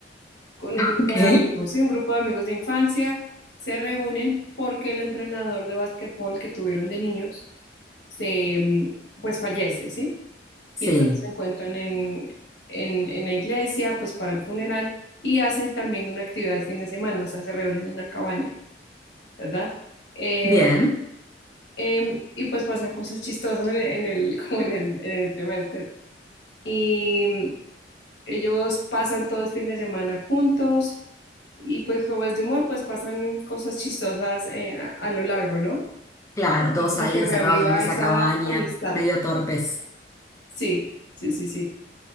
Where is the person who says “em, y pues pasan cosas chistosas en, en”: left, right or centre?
Left